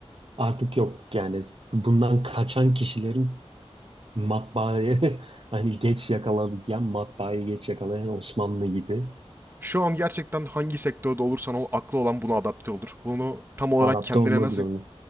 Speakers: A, on the right; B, on the right.
A: Artık yok yani. Bundan kaçan kişilerin matbaayı <laughs> hani geç yakalayan, matbaayı geç yakalayan Osmanlı gibi
B: Şu an gerçekten hangi sektörde olursan ol aklı olan buna adapte olur. Bunu tam olarak
A: adapte
B: kendine
A: olmak
B: nasıl
A: zorunda.